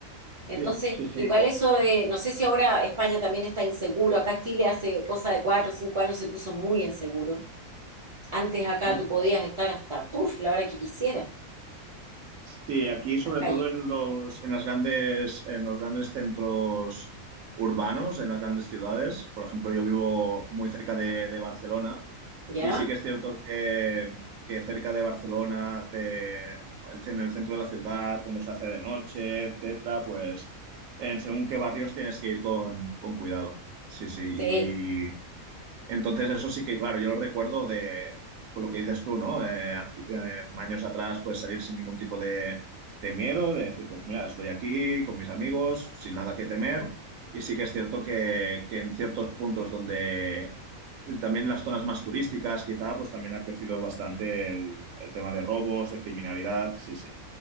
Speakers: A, on the right (about 45°); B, on the right (about 75°).
A: Entonces,
B: sí, sí, sí.
A: igual eso de, no sé si ahora España también está inseguro, acá Chile hace cosa de cuatro o cinco años se puso muy inseguro. Antes acá
B: eh,
A: tú podías estar hasta, puff, la hora que quisieras en
B: Sí, aquí sobre
A: las calles,
B: todo en los, en las grandes, en los grandes centros urbanos, en las grandes ciudades. Por ejemplo, yo vivo muy cerca de, de Barcelona
A: ¿ya?
B: y sí que es cierto que, que cerca de Barcelona, de, en el centro de la ciudad, cuando se hace de noche, etcétera, pues en según qué barrios tienes que ir con, con cuidado. Sí, sí.
A: Sí.
B: Entonces, eso sí que, claro, yo lo recuerdo de con lo que dices tú, ¿no? Eh, anti- eh, años atrás, pues salir sin ningún tipo de, de miedo, de decir, pues mira, estoy aquí con mis amigos, sin nada que temer. Y sí que es cierto que, que en ciertos puntos donde también en las zonas más turísticas, quizá, pues también ha crecido bastante el, el tema de robos, de criminalidad. Sí, sí.